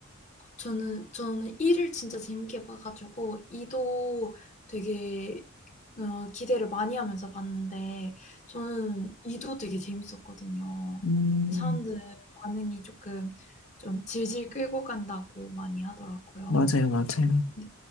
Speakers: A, on the left (about 35°); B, on the left (about 65°).
A: 저는 저는 이를 진짜 재밌게 봐 가지고 이도 되게 어 기대를 많이 하면서 봤는데 저는 이도 되게 재밌었거든요.
B: 음,
A: 근데 사람들 반응이 조금 좀 질질 끌고 간다고 많이 하더라고요.
B: 맞아요, 맞아요.
A: 근데